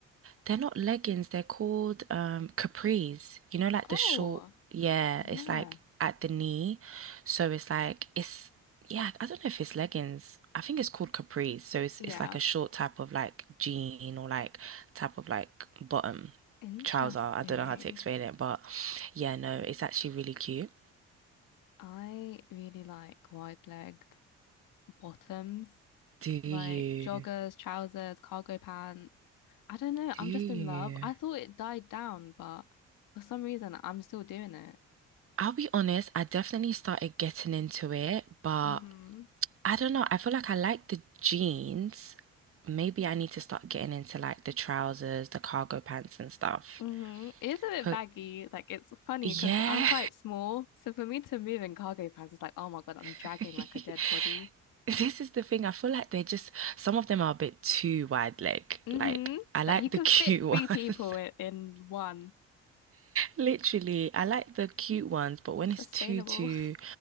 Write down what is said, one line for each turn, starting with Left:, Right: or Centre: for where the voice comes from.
Right: They're not leggings, they're called um capris. You know, like
Left: Oh,
Right: the short, yeah,
Left: yeah,
Right: it's like at the knee. So it's like it's yeah, I don't know if it's leggings. I think it's called capris. So it's
Left: yeah.
Right: it's like a short type of like jean or like type of like bottom
Left: Interesting.
Right: trouser. I don't know how to explain it, but yeah, no, it's actually really cute.
Left: I really like wide-legged bottoms,
Right: Do you?
Left: like joggers, trousers, cargo pants. I don't know, I'm
Right: Do you?
Left: just in love. I thought it died down, but for some reason I'm still doing it.
Right: I'll be honest, I definitely started getting into it, but
Left: Mm-hmm.
Right: I don't know. I feel like I like the jeans. Maybe I need to start getting into like the trousers, the cargo pants and stuff.
Left: Mm-hmm. It is a bit
Right: 'Cause
Left: baggy. Like it's funny
Right: yeah.
Left: because I'm quite small. So for me to move in cargo pants is like, oh my God, I'm
Right: <laughs>
Left: dragging like a dead body.
Right: This is the thing. I feel like they're just some of them are a bit too wide leg.
Left: Mm-hmm.
Right: Like I like
Left: Like you could
Right: the cute
Left: fit three
Right: <laughs>
Left: people
Right: ones.
Left: in, in one.
Right: Literally, I like the cute ones, but when
Left: Sustainable.
Right: it's too too